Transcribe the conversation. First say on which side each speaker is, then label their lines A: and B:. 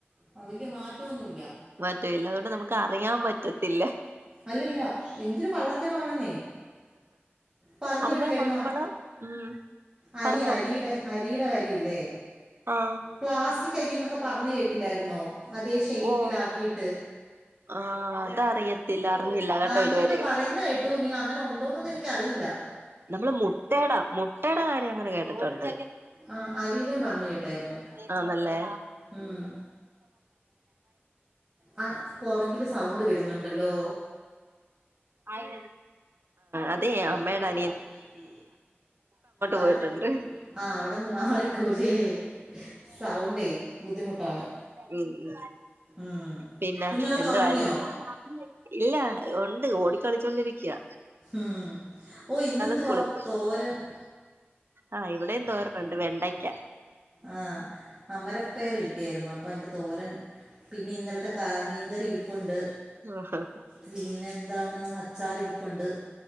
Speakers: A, on the right (about 25°); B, on the right (about 60°).
A: ആഹ് വല്യ മാറ്റം ഒന്നുല്ല
B: മറ്റൂല്ല അതുകൊണ്ട് നമുക്ക് അറിയാൻ പറ്റത്തില്ല
A: അല്ലല്ല എന്തൊരു കള്ളത്തരം ആണെന്നെ പറഞ്ഞ
B: അതുപോലെ
A: കേിട്ടില്ലായിന്ന
B: നമ്മള് ഉം
A: അരി
B: പറഞ്ഞോ
A: അരിയുടെ അരിയുടെ അരിയില്ലേ
B: ആഹ്
A: പ്ലാസ്റ്റിക് അരി എന്നൊക്കെ പറഞ്ഞ കേട്ടില്ലായിരുന്നോ അതെ ഷേപ്പില
B: ഓ
A: ആക്കിയിട്ട്
B: ആഹ് അതറിയത്തില്ല അറിഞ്ഞില്ല കേട്ടോ
A: ആ അങ്ങനെയൊക്കെ
B: ഇതുവരെ
A: പറയുന്ന കേട്ട് ട്ടോന അങ്ങനെ ഉണ്ടോന്നൊന്ന എനിക്കറിയില്ല
B: നമ്മള് മുട്ടയുടെ മുട്ടയുടെ കാര്യം അങ്ങനെ കേട്ടിട്ടുണ്ട്
A: ആ അരിയുടെയും പറഞ്ഞു കേട്ടായിരുന്നു
B: ആ നല്ലേ
A: ഉം ആ പുറകില് സൗണ്ട് വരുന്നുണ്ടല്ലോ
B: ആഹ അതെ അമ്മടെ അനി
A: ഉ അവിടെ
B: പോയിട്ടുണ്ട്
A: ആ അവിടെന്ന് മാറിക്കല്ലേ സൗണ്ടേ ബുദ്ധിമുട്ടാണ്
B: ഉ ഉ
A: ഉം
B: പിന്നെ
A: കുഞ്ഞളൊക്കെ
B: എന്ത
A: ഉറങ്ങിയോ
B: ആരായിരുന്നു ഇല്ല ഉണ്ട് ഓടിക്കളിച്ചോണ്ടിരിക്കാ
A: ഉം ഓ ഇന്നെന്തുവാ
B: സ്കൂളിൽ പോയി
A: തോരൻ
B: ആഹ ഇവിടെം തോരണുണ്ട് വെണ്ടയ്ക്ക
A: ആഹ അമരപയർ കിട്ടിയായിരുന്നു അപ്പൊ അതിന്റെ തോരൻ പിന്നെ ഇന്നലത്തെ കാ മീൻകറി ഇരിപ്പുണ്ട്
B: ആഹാ
A: പിന്നെ എന്താണ് അച്ചാറി ഇരിപ്പുണ്ട്